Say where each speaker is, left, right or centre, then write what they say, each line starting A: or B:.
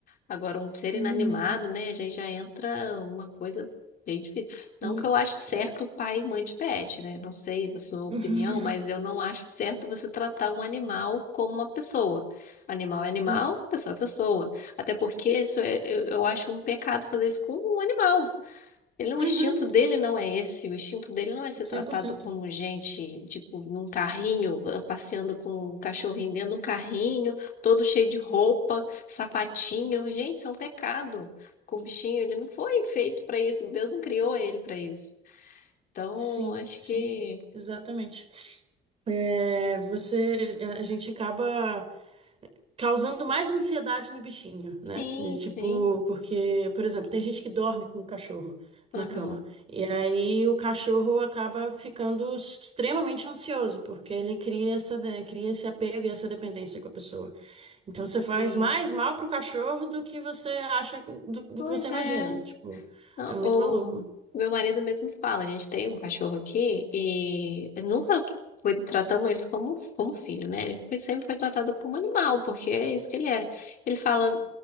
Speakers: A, on the left; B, on the right.
A: Agora, um ser
B: Uhum.
A: inanimado, né? Já, já entra uma coisa bem difícil. Não
B: De-
A: que eu ache certo
B: é.
A: pai e mãe de pet, né? Não sei da sua opinião,
B: <laughs>
A: mas eu não acho certo você tratar um animal como uma pessoa. Animal é animal,
B: É.
A: pessoa é pessoa. Até porque isso é, eu, eu acho um pecado fazer isso com um animal. Ele, não- o
B: Uhum.
A: instinto dele não é esse. O instinto dele não é ser
B: 100%.
A: tratado como gente, tipo, num carrinho, ah, passeando com um cachorrinho dentro de um carrinho, todo cheio de roupa, sapatinho. Gente, isso é um pecado. Com o bichinho, ele não foi feito para isso. Deus não criou ele para isso. Então,
B: Sim,
A: acho
B: sim.
A: que
B: Exatamente. É, você, a gente acaba causando mais ansiedade no bichinho, né?
A: sim,
B: E, tipo,
A: sim.
B: porque, por exemplo, tem gente que dorme com o cachorro
A: Aham,
B: na cama. E aí o cachorro acaba ficando extremamente ansioso, porque ele cria essa, né, cria esse apego e essa dependência com a pessoa. Então você faz
A: sim.
B: mais mal pro cachorro do que você acha, do, do
A: Pois
B: que você imagina.
A: é.
B: Tipo,
A: Não,
B: é muito
A: O
B: maluco.
A: o meu marido mesmo fala, a gente tem um cachorro aqui e nunca foi, tratamos eles como, como filho, né? Ele foi- sempre foi tratado como animal, porque é isso que ele é. Ele fala,